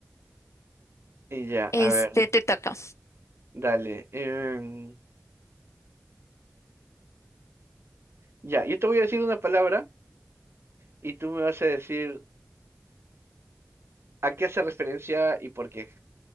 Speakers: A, on the right; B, on the left.
A: Y ya, a
B: Este
A: ver,
B: te toca,
A: dale. em, ya, yo te voy a decir una palabra y tú me vas a decir a qué hace referencia y por qué.